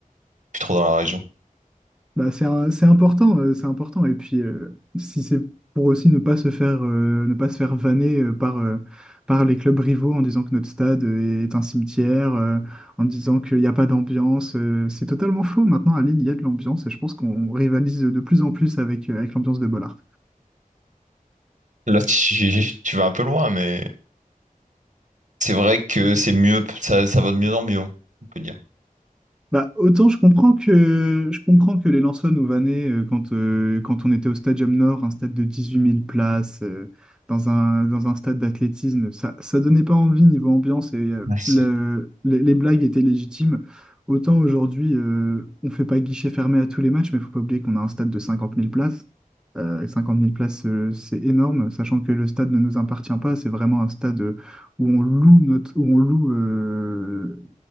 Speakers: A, on the right; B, in the centre.
A: plus trop dans la région.
B: Bah, c'est un- c'est important, euh, c'est important. Et puis, euh, si c'est pour aussi ne pas se faire, euh, ne pas se faire vanner euh, par, euh, par les clubs rivaux en disant que notre stade euh, est un cimetière, euh, en disant qu'il n'y a pas d'ambiance, euh, c'est totalement faux. Maintenant, à Lille, il y a de l'ambiance et je pense qu'on rivalise de plus en plus avec, euh, avec l'ambiance de Bollard.
A: Là, tu, <laughs> tu vas un peu loin, mais c'est vrai que c'est mieux, ça, ça va de mieux en mieux, on peut dire.
B: Bah, autant je comprends que, je comprends que les Lensois nous vannaient euh, quand, euh, quand on était au Stadium Nord, un stade de dix-huit mille places, euh, dans un, dans un stade d'athlétisme. Ça, ça donnait pas envie niveau ambiance et euh,
A: Ouais. C'est-
B: le- les, les blagues étaient légitimes. Autant aujourd'hui, euh, on fait pas guichet fermé à tous les matchs, mais faut pas oublier qu'on a un stade de cinquante mille places. Euh, 50 000 places, euh, c'est énorme, sachant que le stade ne nous appartient pas. C'est vraiment un stade euh, où on loue notre, où on loue, euh,